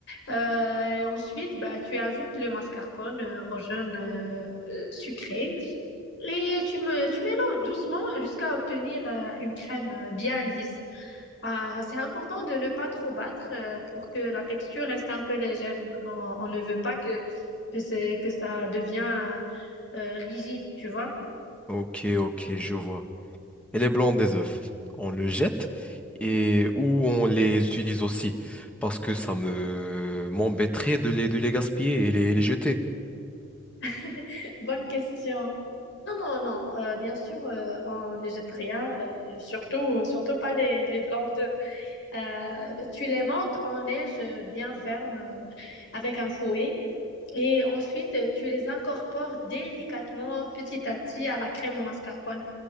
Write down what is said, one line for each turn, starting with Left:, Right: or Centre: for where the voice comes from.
Left: Euh, et ensuite, bah, tu ajoutes le mascarpone euh, au jaune euh, euh, sucré et tu, me, tu mélanges doucement jusqu'à obtenir euh, une crème euh, bien lisse. Ah, c'est important de ne pas trop battre euh, pour que la texture reste un peu légère. On, on ne veut pas que, que, c'est- que ça devient euh, rigide, tu vois.
Centre: Ok, ok, je vois. et les blancs des œufs. On le jette et ou on les utilise aussi parce que ça me m'embêterait de les de les gaspiller et les, les jeter.
Left: <laughs> Bonne question. Non, non, non. euh, bien sûr, euh, on ne jette rien. et surtout, surtout pas les, les blancs d'œufs. Euh, tu les montes en neige euh, bien ferme euh, avec un fouet. Et ensuite, euh, tu les incorpores délicatement, petit à petit, à la crème au mascarpone.